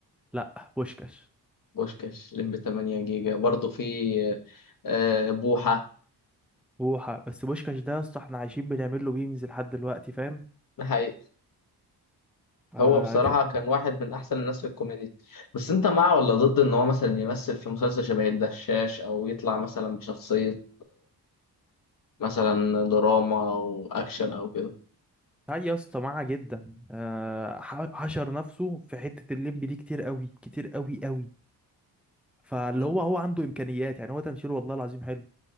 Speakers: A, in the centre; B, on the left.
A: لا بوشكاش
B: بوشكاش الليمبي 8 جيجا برضه في آه بوحة
A: بوحة بس بوشكاش ده يا اسطى احنا عايشين بنعمل له ميمز لحد دلوقتي فاهم
B: ده حقيقة
A: آه
B: هو بصراحة
A: كان
B: كان واحد من أحسن الناس في الكوميديا بس أنت مع ولا ضد إن هو مثلا يمثل في مسلسل شبه الدشاش أو يطلع مثلا بشخصية مثلا دراما او اكشن او كده
A: هاي يا اسطى معاه جدا آه ح- حشر نفسه في حتة الليمبي دي كتير قوي كتير قوي قوي فاللي
B: مم.
A: هو هو عنده امكانيات يعني هو تمثيله والله العظيم حلو